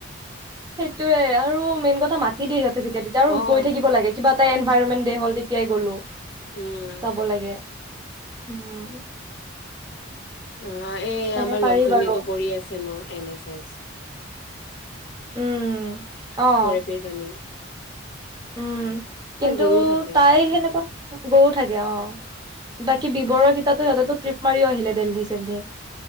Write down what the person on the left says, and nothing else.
অ'।
উম,
অ এই
আমাৰ
লগজনী
কৰি আছে ন এন এছ এছ।
ফৰে পি জানি
গৈও থাকে।